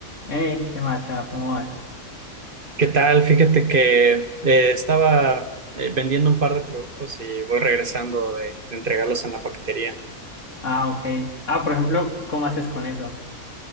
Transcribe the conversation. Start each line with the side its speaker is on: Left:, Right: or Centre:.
Left: Ey, qué macha, ¿cómo vas?
Right: ¿Qué tal? Fíjate que eh, estaba eh, vendiendo un par de productos y voy regresando de, de entregarlos en la paquetería.
Left: Ah, ok. Ah, por ejemplo, ¿cómo haces con eso?